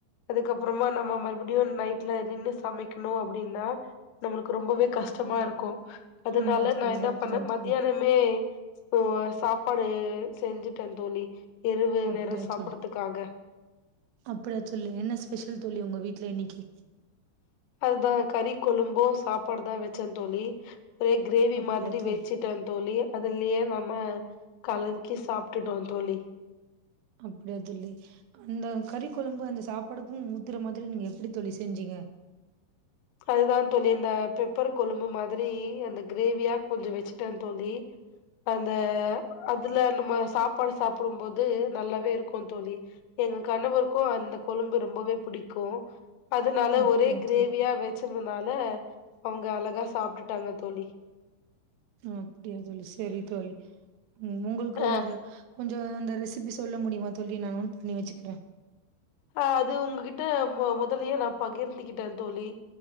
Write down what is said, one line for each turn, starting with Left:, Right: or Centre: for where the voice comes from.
Left: அதுக்கப்பறமா நம்ம மறுபுடியு நைட்ல நின்னு சமைக்கணு அப்டின்னா நம்மளுக்கு ரொம்பவே கஷ்டமா இருக்கு அதனால
Right: ஆமா தோழி
Left: நா என்ன
Right: கரெக்ட்டு
Left: பண்ண
Right: தா
Left: மதியானமே
Right: தோழி.
Left: ஓ சாப்பாடு செஞ்சுட்ட தோழி இரவு
Right: அப்டியா
Left: நேரொ சாப்படதுக்காக
Right: தோழி அப்டியா தோழி என்ன ஸ்பெஷல் தோழி உங்க வீட்ல இன்னிக்கி
Left: அதுதா கறி கொழும்பு சாப்பாடு தா வெச்சந் தோழி ஒரே கிரேவி
Right: அப்டியா
Left: மாதிரி
Right: தோழி
Left: வெச்சுட்டந் தோழி அதுலியே நம்ம கலக்கி சாப்ட்டுட்டோ தோழி
Right: அப்டியா தோழி அந்த கறிக்கொழம்பு அந்த சாப்பாடுக்கு ஊத்துற மாதிரி நீங்க எப்டி தோழி செஞ்சீங்க
Left: அதுதா தோழி இந்த பெப்பர் கொழம்பு மாதிரி அந்த கிரேவியா கொஞ்ச வெச்சுட்டேந் தோழி அந்த அதுல நம்ம சாப்பாடு சாப்புடும்போது நல்லாவே இருக்குந் தோழி எங்க கணவருக்கு அந்த கொழம்பு ரொம்பவே புடிக்கு அதனால
Right: அப்படியா
Left: ஒரே கிரேவ்
Right: தோழி
Left: யா வெச்சிருந்தனால அவுங்க அழகா சாப்டுட்டாங்க தோழி
Right: அப்டியா தோழி செரி தோழி ம் உங்குள்க்கு
Left: அ
Right: வந்து கொஞ்சொ அந்த ரெசிபி சொல்ல முடியுமா தோழி நா நோட் பண்ணி வெச்சுக்ற
Left: அ அது உங்ககிட்ட மு முதலியே நா பகிர்ந்துகிட்ட தோழி